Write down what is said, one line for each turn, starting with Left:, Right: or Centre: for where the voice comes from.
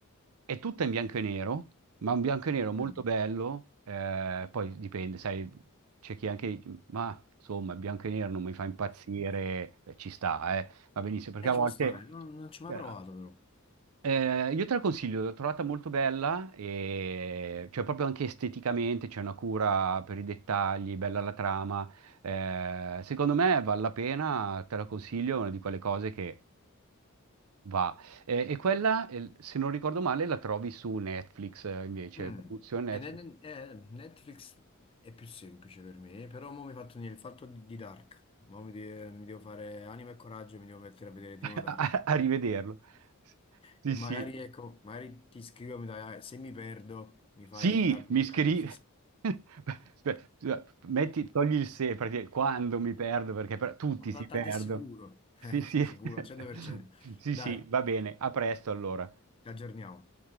Right: È tutta in bianco e nero, ma un bianco e nero
Left: mm.
Right: molto bello, eh, poi dipende, sai, c'è chi anche ma insomma, il bianco e nero non mi fa impazzire, eh, ci sta, eh. Va benissimo, perché
Left: Eh,
Right: a
Left: ci
Right: volte...
Left: può stare, non, non ci ho
Right: eh,
Left: mai provato però.
Right: eh, io te la consiglio, l'ho trovata molto bella, e... cioè proprio anche esteticamente c'è una cura per i dettagli, bella la trama. Eh, secondo me vale la pena, te la consiglio, è una di quelle cose che va. Eh, e quella, eh, se non ricordo male, la trovi su Netflix, eh, invece,
Left: Mm.
Right: produzione Netflix.
Left: E ne- eh, Netflix è più semplice per me, però mo mi hai fatto venire il fatto di, di Dark. Mo mi, de- mi devo fare anima e coraggio e mi devo mettere a vedere di
Right: a,
Left: nuovo Dark.
Right: a a rivederlo. Sì,
Left: E magari,
Right: sì,
Left: ecco, magari ti scrivo, mi dai- se mi perdo, mi fai
Right: sì,
Left: da guida
Right: mi scrivi.
Left: in questa sera.
Right: <laughs> Beh, scusa, Metti, togli il se, perché quando mi perdo, perché per- tutti
Left: Ma
Right: si
Left: t- tanto
Right: perdono.
Left: è sicuro, <laughs>
Right: Sì,
Left: Eh,
Right: sì,
Left: sicuro
Right: <laughs>
Left: al 100%.
Right: sì,
Left: Dai,
Right: sì, va bene, a presto allora.
Left: ci aggiorniamo.